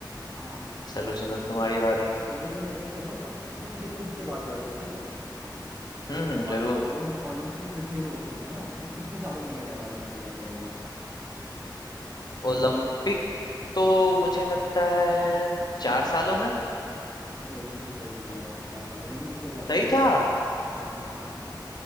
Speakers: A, on the right (about 30°); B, on the left (about 60°).
A: हाँ हाँ
B: चलो चलो तुम्हारी बारी
A: चलो मैं एक तो अब तो तो खेल कूद से बात करते हैं ठीक है तो
B: हम्म
A: एक
B: हम्म,
A: बात
B: जरूर
A: बताओ जो ओलंपिक का खेल हो, होता है ना वो कितने सालों में किया जाता है आयोजित किया जाता है एक बार
B: ओलंपिक तो मुझे लगता है चार सालों में
A: बिल्कुल सही जवाब भाई चार सालों में ही वो किया जाता
B: सही
A: है
B: था
A: हाँ हाँ हाँ